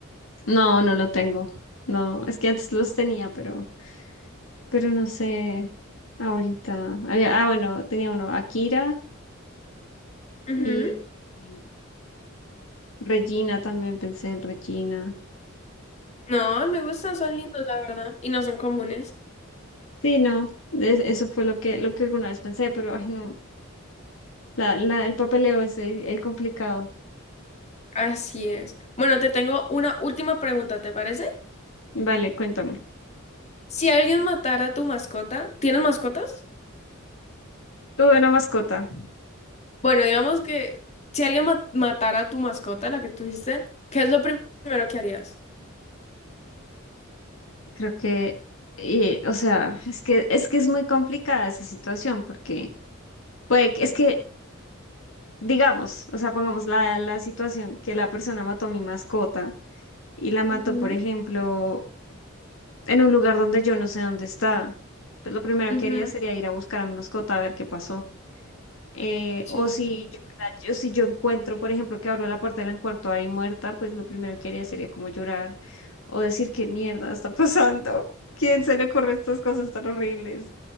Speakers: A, on the left; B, on the left.
A: No, no lo tengo. No, es que antes los tenía, pero, pero no sé ahorita. Había, ah, bueno, tenía uno, Akira
B: Ujú.
A: y y Regina también pensé en Regina.
B: No, me gustan, son lindos, la verdad, y no son comunes.
A: Sí, no, es- eso fue lo que, lo que alguna vez pensé, pero ay no, la, la, el papeleo es el, el complicado.
B: Así es. Bueno, te tengo una última pregunta, ¿te parece?
A: Vale, cuéntame.
B: Si alguien matara a tu mascota, ¿tienes mascotas?
A: Tuve una mascota.
B: Bueno, digamos que si alguien ma- matara a tu mascota, la que tuviste, ¿qué es lo prim- primero que harías?
A: Creo que, y, o sea, es que, es que es muy complicada esa situación porque puede que, es que, digamos, o sea, pongamos la, la situación que la persona mató a mi mascota y la mató,
B: Ujú,
A: por ejemplo, en un lugar donde yo no sé dónde está. Pues lo primero
B: ujú,
A: que haría sería ir a buscar a mi mascota a ver qué pasó. eh,
B: Sí.
A: o si yo, yo- si yo encuentro, por ejemplo, que abro la puerta y la ahí muerta, pues lo primero que haría sería como llorar o decir qué mierda está pasando, <laughs> quién se le ocurre estas cosas tan horribles,